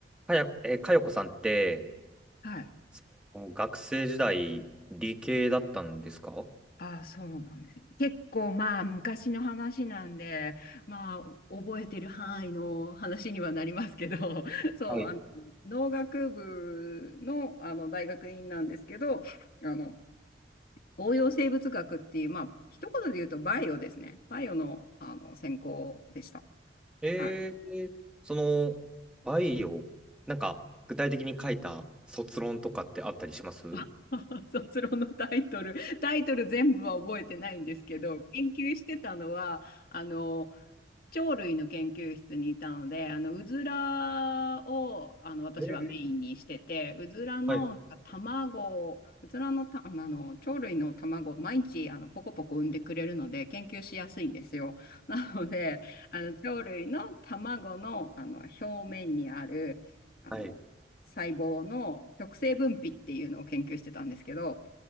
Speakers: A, in the centre; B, on the left (about 55°).
A: かや、えーかよこさんって、
B: はい。
A: そう学生時代、理系だったんですか
B: ああ、そうなんですよ。結構まあ昔の話なんで、まあ覚えてる範囲の話にはなりますけど、<laughs> そう、
A: はい。
B: あの、農学部の、あの大学院なんですけど、あの、応用生物学っていう、まあ一言で言うとバイオですね。バイオの、あの専攻でした。
A: えー、
B: はい。
A: その、バイオ、なんか、具体的に書いた卒論とかってあったりします
B: あ <laughs> 卒論のタイトル、タイトル全部は覚えてないんですけど、研究してたのは、あの、鳥類の研究室にいたので、あの、うずらを、あの、私はメインにしてて、
A: えー
B: うずらの卵、
A: はい。
B: うずらのた、あの、鳥類の卵、毎日、あの、ポコポコ産んでくれるので、研究しやすいんですよ。なので、あの、鳥類の卵の、あの、表面にある、あの、
A: はい。
B: 細胞の極性分泌っていうのを研究してたんですけど、